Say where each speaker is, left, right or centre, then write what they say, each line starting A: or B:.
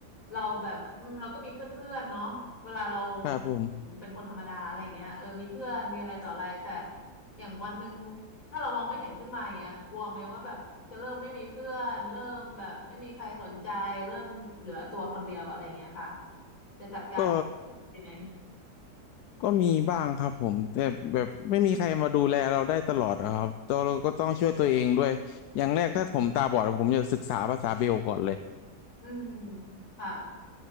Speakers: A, on the left; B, on the left.
A: เราแบบอืมเราก็มีเพื่อนๆเนาะเวลาเรา
B: ครับผม
A: เป็นคนธรรมดาอะไรอย่างเงี้ยเออมีเพื่อนมีอะไรต่ออะไรแต่อย่างวันหนึ่งถ้าเรามองไม่เห็นขึ้นมาอย่างเงี้ยกลัวไหมว่าแบบจะเริ่มไม่มีเพื่อนเริ่มแบบไม่มีใครสนใจเริ่มเหลือตัวคนเดียวอะไรอย่างเงี้ยค่ะจะจัดการ
B: ก็
A: ยังไง
B: ก็มีบ้างครับผมแต่แบบไม่มีใครมาดูแลเราได้ตลอดอะครับตัวเราก็ต้องช่วยตัวเองด้วยอย่างแรกถ้าผมตาบอดผมจะศึกษาภาษาเบลก่อนเลย
A: อืมค่ะ